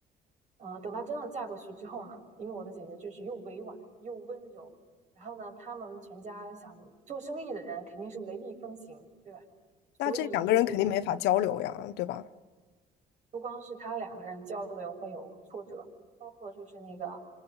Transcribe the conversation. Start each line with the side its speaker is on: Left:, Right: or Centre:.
Right: 嗯，等她真的嫁过去之后呢，因为我的姐姐就是又委婉又温柔，然后呢，他们全家想做生意的人肯定是雷厉风行，对吧？所以就是会
Left: 那这两个人肯定没法交流呀，对吧？
Right: 不光是他两个人交流会有挫折，包括就是那个